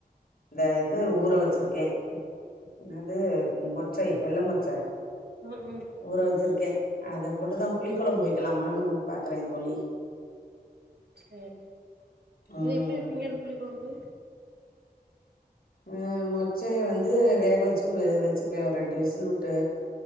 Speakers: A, on the left; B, on the right.
A: இந்த இது ஊற வச் சிருக்கே என்னது மொச்சை வெள்ள மொச்சே
B: ம் ம்
A: ஊற வச்சிருக்கே அத போட்டுதா புளிக்கொழம்பு வைக் கலாமான்னு பாக்குறே தோழி
B: சேரி அது
A: ம்
B: எப்டி வைப்பீங்க அந்த புளிக்கொழம்பு
A: ம் மொச்சைய வந்து வேக வச்சுக் வே வச்சிப்பே ஒரு ரெண்டு விசில் விட்டு